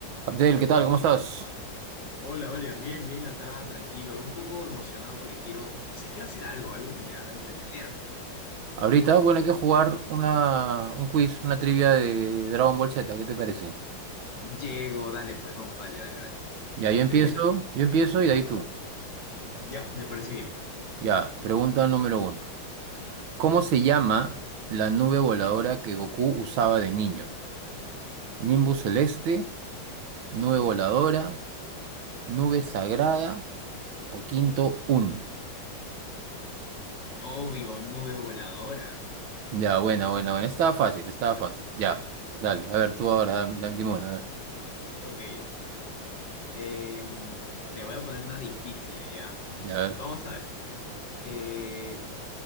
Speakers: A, on the right; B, on the left.
A: Abdel, ¿qué tal? ¿Cómo estás?
B: Hola, Oliver, bien, bien, acá, tranquilo, un poco emocionado porque quiero, no sé, quiero hacer algo, algo que me haga entretenerme.
A: Ahorita, bueno, hay que jugar una, un quiz, una trivia de Dragon Ball Z, ¿qué te parece?
B: Llego, dale, pues, vamos, dale, dale, dale.
A: Ya, yo empiezo,
B: De una.
A: yo empiezo y de ahí tú.
B: Ya, me parece bien.
A: Ya, pregunta número uno. ¿Cómo se llama la nube voladora que Goku usaba de niño? ¿Nimbus celeste, nube voladora, nube sagrada o quinto Un?
B: Obvio, nube voladora.
A: Ya, buena, buena, buena. estaba fácil, estaba fácil. Ya, dale, a ver, tú ahora, dame, dime una, a ver,
B: Ok, em, te voy a poner una difícil, ¿ya?
A: a ver,
B: Vamos a ver. eh,